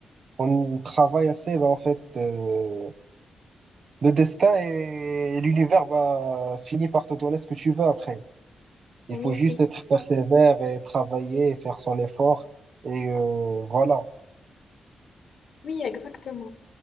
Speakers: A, on the right (about 50°); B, on the left (about 60°).
A: on travaille assez, ben en fait, euh, Le destin et l'univers va finir par te donner ce que tu veux après. Il
B: Oui,
A: faut juste
B: oui,
A: être persévère et travailler, et faire son effort. Et euh, voilà.
B: oui, exactement.